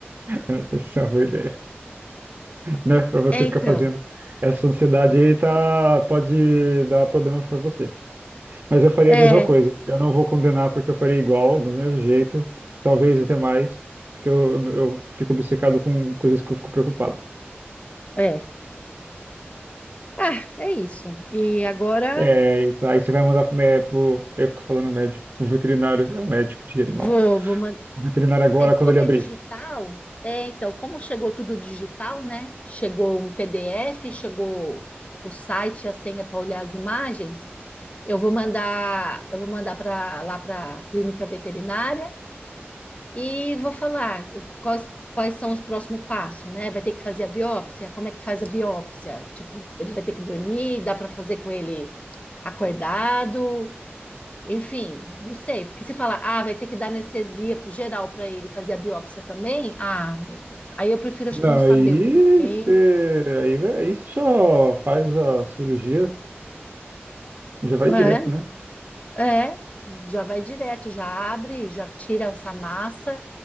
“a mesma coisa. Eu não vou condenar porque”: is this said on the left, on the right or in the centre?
Right